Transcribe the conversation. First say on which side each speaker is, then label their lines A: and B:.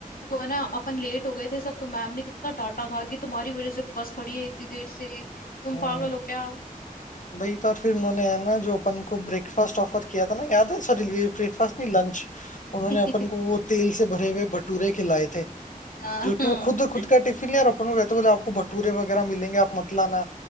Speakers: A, on the left; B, on the left.
A: वो है ना अपन लेट हो गए थे सब तो मैम ने कितना डांटा था कि तुम्हारी वजह से बस खड़ी है इतनी देर से तुम
B: हम्म
A: पागल हो क्या
B: वही तो और फिर उन्होंने है ना जो अपन को ब्रेकफास्ट ऑफर किया था ना याद है सॉरी ब्रेकफास्ट नहीं लंच उन्होंने
A: <laughs>
B: अपन को वो तेल से भरे हुए भटूरे खिलाए थे
A: हाँ
B: जो कि
A: हाँ।
B: वो खुद खुद का टिफिन लिया और अपन को कहते बोले आपको भटूरे वगैरह मिलेंगे आप मत लाना